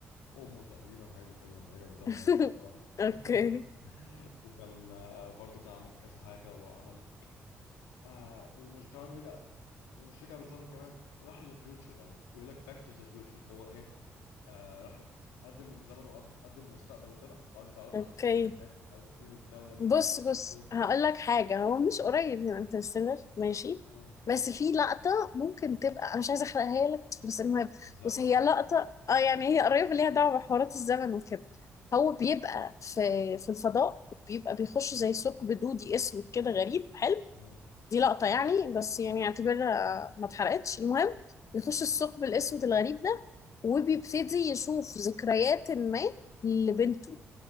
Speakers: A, on the left; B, on the left.
A: امه تقريبا حاجه زي كده لما رجع بالزمن
B: <laughs>
A: وهي صغيره
B: اوكي
A: <laughs> وكان آه برضو كان عمل كذا حاجه وعمل آه ومش كمان رجع ومش رجع بالزمن كمان راح للفيوتشر يعني بيقول لك باك تو ذا فيوتشر فهو ايه آه راح قدم الزمن وقدم المستقبل وكده وقعد يتعرف
B: اوكي
A: على ناس كتير هناك مش عارف ايه وبتاع ويعمل
B: بص
A: حاجات كتير
B: بص
A: قوي
B: هقول لك حاجه هو مش قريب من انترستيلر ماشي
A: مم.
B: بس في لقطه ممكن تبقى انا مش عايزه احرقها لك بس المهم
A: زمن
B: بص هي لقطه اه يعني
A: مم.
B: هي قريبه ليها دعوه بحوارات الزمن وكده هو بيبقى في في الفضاء بيبقى بيخش زي ثقب دودي اسود كده غريب حلو
A: مم.
B: دي لقطة يعني بس يعني اعتبرها ما اتحرقتش المهم بيخش الثقب الأسود الغريب ده وبيبتدي يشوف ذكريات ما لبنته